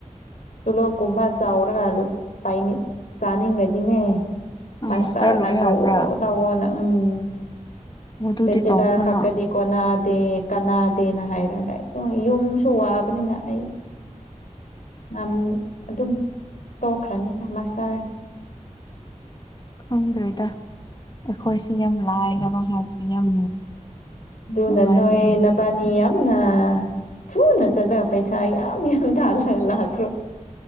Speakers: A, on the left; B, on the left.
A: ꯇꯨꯂꯣꯞ ꯀꯨꯝꯕ ꯆꯥꯎꯔꯒ ꯄꯥꯏꯅꯤꯡ ꯆꯥꯅꯤꯡꯉꯗꯤꯅꯦ
B: ꯑꯥ
A: ꯃꯁꯇꯥꯔꯅ
B: ꯃꯥꯁꯇꯔ ꯂꯣꯏ
A: ꯇꯧꯋꯣ
B: ꯍꯥꯏꯕ꯭ꯔꯥ
A: ꯇꯋꯣꯅ ꯎꯝ
B: ꯑꯣ ꯑꯗꯨꯗꯤ
A: ꯕꯦꯆꯂꯔ
B: ꯇꯧꯈ꯭ꯔꯣꯅ
A: ꯈꯛꯀꯗꯤ ꯀꯣꯅꯥꯗꯦ ꯀꯅꯥꯗꯦꯅ ꯍꯥꯏꯔ ꯂꯩ ꯌꯨꯝꯁꯨ ꯋꯥꯕꯅꯤꯅ ꯑꯩ ꯉꯝ ꯑꯗꯨꯝ ꯇꯣꯛꯈ꯭ꯔꯅꯤꯗ ꯃꯁꯇꯥꯔꯗꯤ
B: ꯈꯪꯗ꯭ꯔꯦꯗ ꯑꯩꯈꯣꯏꯁꯦ ꯌꯥꯝ ꯂꯥꯏꯔꯕ ꯍꯥꯏꯁꯦ ꯌꯥꯝ
A: ꯑꯗꯨꯅ
B: ꯅꯨꯡꯉꯥꯏꯇꯦ
A: ꯅꯣꯏ ꯅꯄꯥ ꯅꯤ ꯌꯥꯝꯅ ꯊꯨꯅ ꯆꯠꯂꯒ ꯄꯩꯁꯥ ꯌꯥꯝ ꯌꯥꯝ ꯇꯥꯜꯂ <unintelligible> ꯂꯥꯛꯈ꯭ꯔꯣ